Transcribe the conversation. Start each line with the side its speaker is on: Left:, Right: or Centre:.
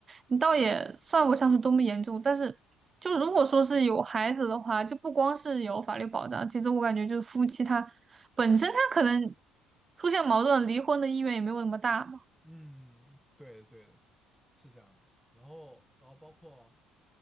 Right: 你倒也算不上是多么严重。但是，就如果说是有孩子的话，就不光是有法律保障，其实我感觉就是夫妻他本身他可能出现矛盾，离婚的意愿也没有那么大嘛。
Centre: 嗯，对的，对的，是这样的。然后，然后包括，